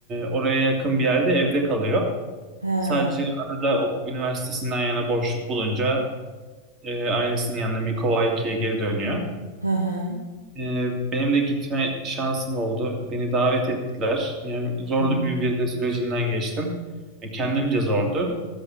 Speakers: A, on the right; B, on the right.
A: oraya yakın bir yerde evde kalıyor.
B: Ha.
A: Sadece arada o üniversitesinden yana boşluk bulunca e, ailesinin yanına Mikowaiki'ye geri dönüyor.
B: Hı hı.
A: E, benim de gitme şansım oldu. Beni davet ettiler. Yani zorlu
B: Hı hı.
A: bir vize sürecinden geçtim. E, kendimce zordu.